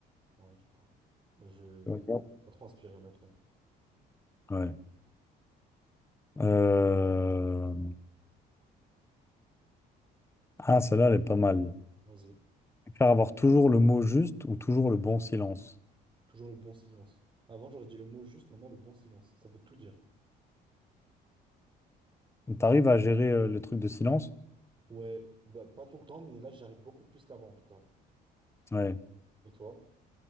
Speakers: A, on the right (about 25°); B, on the left (about 15°).
A: ouais, je sais pas. Moi, je...
B: Ouais.
A: Pas trop inspiré, honnêtement.
B: Ouais. Euh, Ah, celle-là, elle est pas mal.
A: Vas-y.
B: Faire avoir toujours le mot juste ou toujours le bon silence.
A: Toujours le bon silence. Avant, j'aurais dit le mot juste, maintenant, le bon silence. Ça veut tout dire.
B: T'arrives à gérer euh, le truc de silence?
A: Ouais, bah, pas tout le temps, mais là, j'y arrive beaucoup plus qu'avant, en tout cas.
B: Ouais.
A: Et toi?